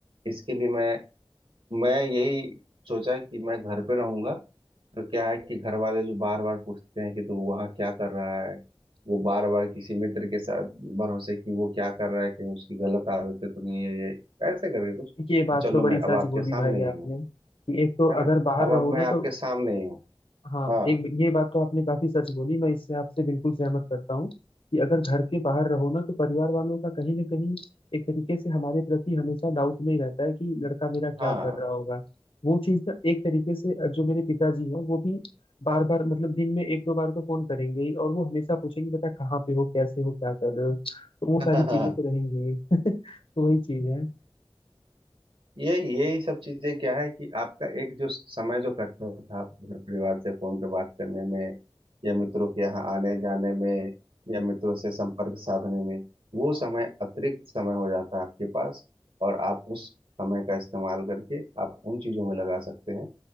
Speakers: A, on the right; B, on the left.
A: इसके लिए मैं मैं यही सोचा कि मैं घर पे रहूंगा तो क्या है कि घर वाले जो बार बार पूछते हैं कि तू वहाँ क्या कर रहा है वो बार बार किसी मित्र के साथ भरोसे कि वो क्या कर रहा है कि उसकी गलत आदतें तो नहीं है ये कैसे करके कुछ
B: ये बात
A: चलो
B: तो बड़ी
A: मैं
B: सच
A: अब आपके
B: बोली
A: सामने
B: भाई
A: ही
B: आपने
A: हूँ
B: कि एक तो
A: है ना
B: अगर बाहर
A: अब
B: रहो
A: अब मैं
B: ना
A: आपके
B: तो
A: सामने ही हूँ
B: हाँ
A: हाँ
B: एक ये बात तो आपने काफी सच बोली मैं इससे आपसे बिल्कुल सहमत करता हूँ कि अगर घर के बाहर रहो ना तो परिवार वालों का कहीं ना कहीं एक तरीके से हमारे प्रति हमेशा डाउट में ही रहता है कि लड़का मेरा क्या
A: हाँ
B: कर रहा होगा वो चीज ना एक तरीके से जो मेरे पिताजी हैं वो भी बार बार मतलब दिन में एक दो बार तो फोन करेंगे ही और वो हमेशा पूछेंगे बेटा कहाँ पे हो कैसे हो क्या कर रहे हो तो वो
A: <laughs>
B: सारी चीजें तो रहेंगी <laughs> ही। तो वही चीज है
A: यही यही सब चीजें क्या है कि आपका एक जो समय जो कटता था घर परिवार से फोन पे बात करने में या मित्रों के यहाँ आने जाने में या मित्रों से संपर्क साधने में वो समय अतिरिक्त समय हो जाता है आपके पास और आप उस समय का इस्तेमाल करके आप उन चीजों में लगा सकते हैं